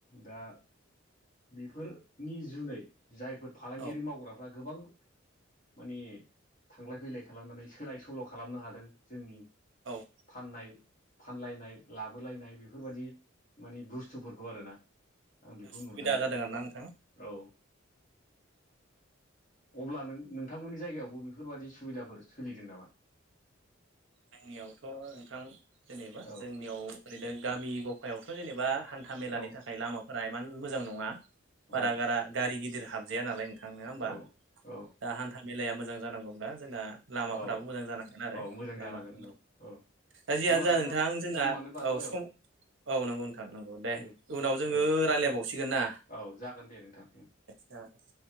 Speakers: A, on the left (about 40°); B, on the right (about 65°).
A: दा बेफोरनि जुनै जायफोर फालांगियारि
B: औ
A: मावग्राफ्रा गोबां माने थांलाय फैलाय खालामनानै सोलाय सोल' खालामनो हादों जोंनि
B: औ
A: फाननाय फानलायनाय लाबोलायनाय बेफोरबायदि माने बुस्थुफोरखौ आरो ना आं बेखौ
B: सुबिदा
A: नुदों आरो
B: जादों आरोना नोंथां
A: औ अब्ला नों नोंथांमोननि जायगायावबो बेफोरबायाददि सुबिदाफोर सोलिदों नामा
B: जोंनियावथ' नोंथां जेनेबा
A: औ
B: जोंनियाव ओरैनो गामि गफायावथ' जेनेबा हान्था मेलानि
A: औ
B: थाखाय लामाफोरा इमान मोजां नङा बारा
A: औ
B: गारा गारि गिदिर हाबजाया नालाय नोंथां नंङा होमबा
A: औ औ
B: दा हान्था मेलाया मोजां जानांगौब्ला जोंना लामाफोराबो
A: औ
B: मोजां जानागोन आरो
A: औ मोजां
B: लामा
A: जानांगोन
B: खालाम
A: औ औ
B: दा जियानो
A: अब्ला
B: जा नोंथां जोंना
A: समानो बारबाय
B: औ सम औ नंगौ नोंथां नंगौ दे
A: उम
B: उनाव जोंङो
A: औ
B: रायज्लायबावसिगोन ना
A: औ जागोन दे नोंथां
B: दा